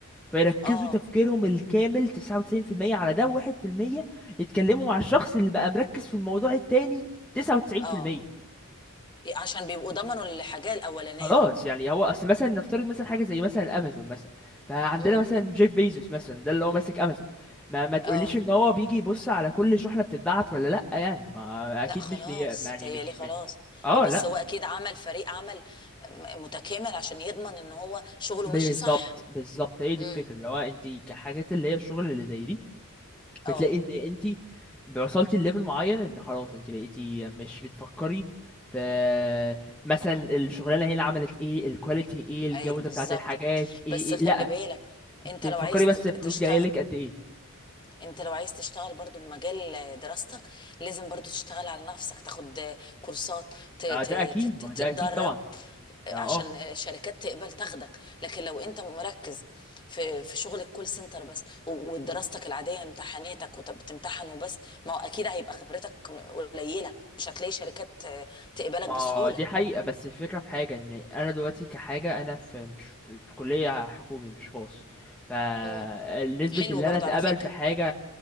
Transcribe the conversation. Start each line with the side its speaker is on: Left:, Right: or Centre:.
Centre: فيركزوا
Left: اه
Centre: تفكيرهم الكامل 99% على ده وواحد في المية يتكلموا مع الشخص اللي بقى مركز في الموضوع التاني 99%
Left: اه عشان بيبقوا ضمنوا الحاجة الأولانية
Centre: خلاص يعني هو اصل مثلا نفترض مثلا حاجه زي مثلا امازون مثلا فعندنا
Left: امم
Centre: مثلا جيف بيزوس مثلا ده اللي هو ماسك امازون ما ما تقوليش
Left: اه
Centre: ان هو بيجي يبص على كل شحنه بتتبعت ولا لا يعني ما اكيد
Left: لا خلاص
Centre: مش بي يعني
Left: تهيألي
Centre: مش
Left: خلاص
Centre: بي... اه
Left: هو بس
Centre: لا
Left: هو أكيد عمل فريق عمل م- متكامل عشان يضمن إن هو شغله
Centre: بالظبط
Left: ماشي صح
Centre: بالظبط هي دي
Left: امم
Centre: الفكره اللي هو انت كحاجات اللي هي الشغل اللي زي دي
Left: اه
Centre: بتلاقي ان انت وصلتي لليفل معين ان خلاص انت بقيتي مش بتفكري في مثلا الشغلانه هنا عملت ايه الكواليتي ايه الجوده
Left: اي بالظبط
Centre: بتاعت الحاجات ايه,
Left: بس خلي
Centre: إيه. لا
Left: بالك
Centre: انت
Left: انت لو
Centre: بتفكري
Left: عايز
Centre: بس
Left: تت-
Centre: الفلوس
Left: تشتغل
Centre: جايه لك قد ايه
Left: انت لو عايز تشتغل برضو بمجال دراستك لازم برضو تشتغل على نفسك تاخد كورسات ت- ت-
Centre: آه، ده اكيد
Left: تت-
Centre: ما
Left: تتدرب
Centre: هو ده اكيد طبعا
Left: عشان
Centre: ده اه
Left: الشركات تقبل تاخدك لكن لو انت مركز في في شغل الكول سنتر بس و- ودراستك العاديه امتحاناتك وبتمتحن وبس ما هو اكيد هيبقى خبرتك قليله مش هتلاقي شركات تقبلك
Centre: ما
Left: بسهوله
Centre: هو دي حقيقه بس الفكره في حاجه ان انا دلوقتي كحاجه انا في مش في, في كليه حكومي مش خاص فنسبة
Left: مم. حلو
Centre: اللي
Left: برضو
Centre: انا اتقبل
Left: على فكره
Centre: في حاجة